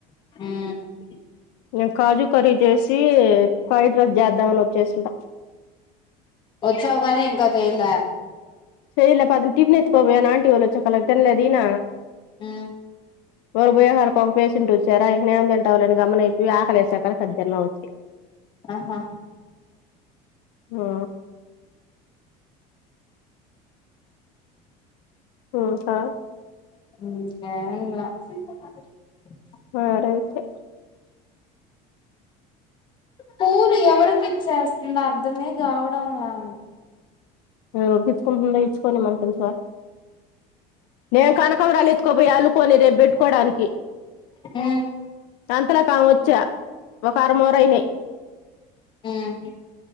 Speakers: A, on the left; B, on the left.
A: ఉమ్
B: నేను కాజు కర్రీ చేసి ఫ్రైడ్ రైస్ చేద్దామని వచ్చేసింటా
A: వచ్చావుకానీ ఇంకా చేయల
B: చేయలే పొద్దున టిఫిన్ ఎత్తుకుపోయా ఆంటీ వాళ్లొచ్చి వాళ్లు తినలేదు ఈయన
A: మ్మ్
B: ఒకరు పోయాక ఒక పేషెంట్ వచ్చారా ఐ ఏం తింటాం లే అని గమ్మున ఎల్లిపోయి ఆకలేసాక తిందాం అని ఒచ్చిన
A: ఆహా
B: ఆ ఉమ్ హు
A: <inaudible> <unintelligible>
B: సరే అయితే
A: పూలు ఎవరికి ఇచ్చేస్తుంది అర్ధమే కావడంలే
B: ఎరికిచ్చుకుంటుందో ఇచ్చుకోని మనకెందుకు రా నేను కనకంబరాలు ఎత్తుకోబయి అల్లుకొని రేపు పెట్టుకోడానికి
A: మ్మ్
B: అంతలోకి ఆమె వచ్చా ఒక అరమూర అయినయి
A: మ్మ్